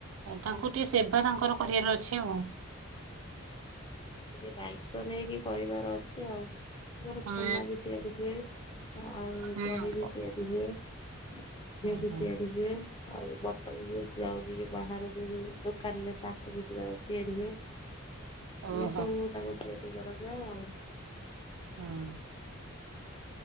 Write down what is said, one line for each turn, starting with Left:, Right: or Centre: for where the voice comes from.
Right: ତାଙ୍କୁ ଟିକେ ସେବା ତାଙ୍କର କରିବାର ଅଛି ଆଉ।
Left: ଟିକେ ଦାୟିତ୍ଵ ନେଇକି କରିବାର ଅଛି ଆଉ। ଖିରରେ
Right: ହୁଁ
Left: ଛେନା ବି ତିଆରି ହୁଏ ଆଉ
Right: ହୁଁ
Left: ଦହି
Right: ହୁଁ
Left: ବି ତିଆରି ହୁଏ ଘିଅ
Right: ଓହୋ
Left: ବି ତିଆରି ହୁଏ। ଆଉ ବଟର ଯୋଉ ଯାଉଚି ବି ବାହାରକୁ ଦୋକାନରେ ତାକୁ ବି ସୁଦା ତିଆରି ହୁଏ।
Right: ହୁଁ
Left: ଏମମି ସବୁ ତାଙ୍କୁ ଟି ଏମିତି କରାଯାଏ ଆଉ।
Right: ହଁ।